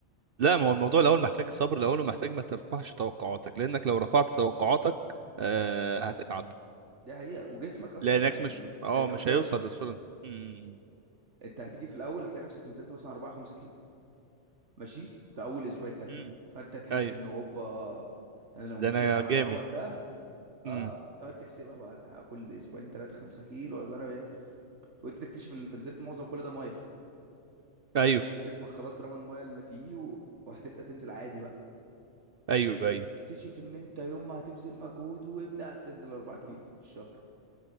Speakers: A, on the right; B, on the right.
A: لا ما هو الموضوع الاول محتاج صبر الاول ومحتاج ما ترفعش توقعاتك لانك لو رفعت توقعاتك آه هتتعب
B: دي حقيقه وجسمك اصلا
A: لانك مش
B: هي...
A: اه
B: هيغفلك
A: مش هيوصل للصورة امم
B: انت هتيجي في الاول هتلاقي نفسك نزلت مثلا 4 5 كيلو ماشي في اول اسبوعين ثلاثه
A: امم
B: فانت تحس
A: ايوه
B: انه اوبا انا لو
A: ده
B: مشيت
A: انا
B: على
A: جامد
B: النمط ده اه
A: امم
B: تقعد تحسبها بقى انا كل اسبوعين ثلاثه 5 كيلو يبقى انا وانت تكتشف ان انت نزلت معظم كل ده ميه
A: ايوه
B: جسمك خلاص رمى المايه اللي فيه و... وهتبدأ تنزل عادي بقى
A: ايوه ايوه
B: هتكتشف ان انت يوم ما هتبذل مجهود وابدأ تنزل 4 كيلو في الشهر